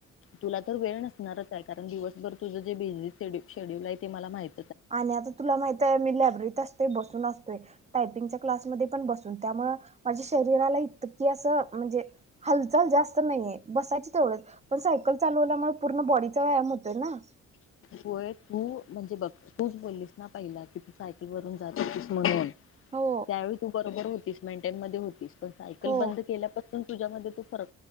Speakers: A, on the left (about 45°); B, on the right (about 25°).
A: तुला तर वेळ नसणारच आहे कारण दिवसभर तुझं जे बिझी से -शेड्यूल आहे ते मला माहिती
B: आणि आता तुला माहित आहे मी लायब्ररीत असतोय बसून असतोय टायपिंगच्या क्लासमध्ये पण बसून त्यामुळं माझ्या शरीराला इतकी असं म्हणजे हालचाल जास्त नाहीये बसायचीच तेवढच पण सायकल चालवल्यामुळे पूर्ण बॉडीचा व्यायाम होतोय ना
A: होय तू म्हणजे बघ तूच बोललीस ना पहिला की तू सायकल वरून जात होतीस म्हणून
B: हो
A: त्यावेळी तू बरोबर होतीस मेनटेनमध्ये होतीस पण सायकल
B: हो
A: बंद केल्यापासून तुझ्यामध्ये तो फरक